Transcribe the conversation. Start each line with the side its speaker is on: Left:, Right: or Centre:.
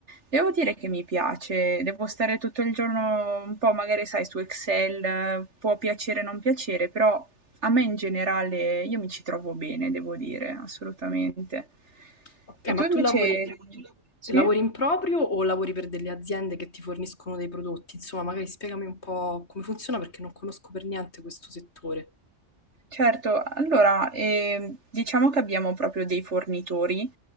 Right: devo dire che mi piace, devo stare tutto il giorno un po' magari sai su Excel, eh, può piacere o non piacere, però a me in generale io mi ci trovo bene, devo dire, assolutamente.
Left: Ok,
Right: E
Left: ma
Right: tu invece
Left: tu lavori,
Right: sì?
Left: lavori in proprio o lavori per delle aziende che ti forniscono dei prodotti? Insomma, magari spiegami un po' come funziona perché non conosco per niente questo settore.
Right: Certo, allora, ehm, diciamo che abbiamo proprio dei fornitori.